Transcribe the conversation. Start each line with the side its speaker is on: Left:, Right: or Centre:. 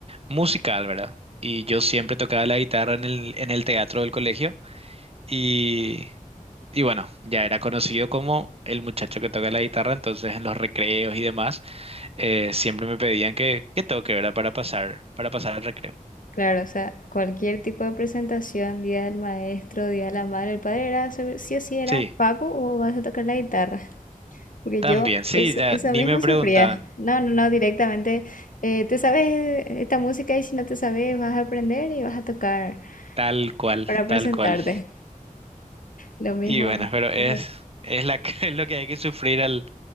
Right: musical, ¿verdad? Y yo siempre tocaba la guitarra en el, en el teatro del colegio. Y, y bueno, ya era conocido como el muchacho que toca la guitarra, entonces en los recreos y demás, eh, siempre me pedían que, que toque, ¿verdad? Para pasar, para pasar el recreo.
Left: Claro, o sea, cualquier tipo de presentación, día del maestro, día de la madre, el padre, era, sobre- sí o sí era,
Right: Sí,
Left: Paco, o vas a tocar la guitarra. Porque
Right: también,
Left: yo
Right: sí,
Left: es-
Right: ya
Left: esa
Right: ni
Left: misma
Right: me preguntaban,
Left: sufría. No, no, no, directamente, eh, te sabes esta música y si no te sabes vas a aprender y vas a tocar
Right: tal cual,
Left: eh, para
Right: tal
Left: presentarte.
Right: cual.
Left: Lo mismo
Right: Y bueno, pero es,
Left: me pasó.
Right: es la, que- <laughs> es lo que hay que sufrir al,